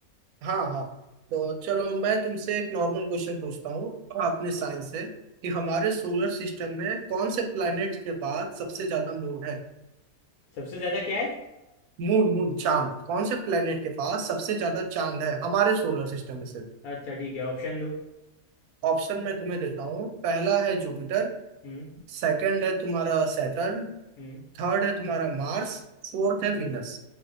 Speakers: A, on the right; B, on the left.
A: हाँ हाँ तो चलो मैं तुमसे एक नॉर्मल क्वेश्चन पूछता हूँ अपने साइंस से कि हमारे सोलर सिस्टम में कौन से प्लैनेट के पास सबसे ज्यादा मून है
B: सबसे ज़्यादा क्या है
A: मून मून चांद कौन से प्लैनेट के पास सबसे ज्यादा चांद है हमारे सोलर सिस्टम में से
B: अच्छा ठीक है ऑप्शन दो
A: ऑप्शन मैं तुम्हें देता हूँ पहला है जुपिटर
B: हम्म
A: सेकंड है तुम्हारा सैटर्न
B: हम्म
A: थर्ड है तुम्हारा मार्स फोर्थ है विनस